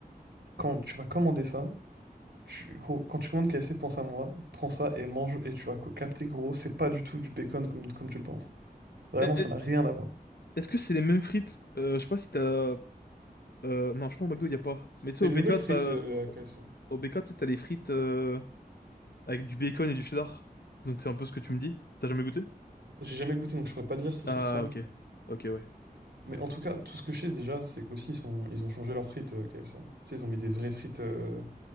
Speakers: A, on the right; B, on the left.
A: quand tu vas commander ça, Tu- gros, quand tu commandes KFC, pense à moi, prends ça et mange et tu vas co- capter, gros, c'est pas du tout du bacon comme, comme tu le penses. Vraiment,
B: Eh,
A: ça
B: eh,
A: n'a rien à voir.
B: Est-ce que c'est les mêmes frites? Euh, je sais pas si t'as, euh, non, je crois au McDo, il y a pas.
A: C'est
B: Mais tu sais, au
A: une
B: BK,
A: nouvelle frite
B: t'as,
A: euh, à KFC.
B: au BK, tu sais, t'as les frites, euh, avec du bacon et du cheddar. Donc c'est un peu ce que tu me dis. T'as jamais goûté?
A: J'ai jamais goûté, donc je pourrais pas dire si
B: Ah,
A: ça ressemble,
B: ok.
A: tu vois.
B: Ok, ouais.
A: Mais en tout cas, tout ce que je sais déjà, c'est qu'aussi, ils, sont- ils ont changé leurs frites euh, KFC. Tu sais, ils ont mis des vraies frites. euh,